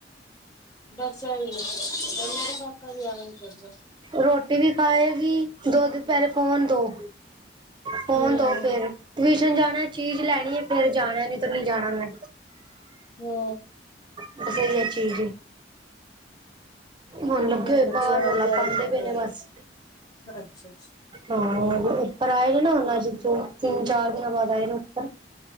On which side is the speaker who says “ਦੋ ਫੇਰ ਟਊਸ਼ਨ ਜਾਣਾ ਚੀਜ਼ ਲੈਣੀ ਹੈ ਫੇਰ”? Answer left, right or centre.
Right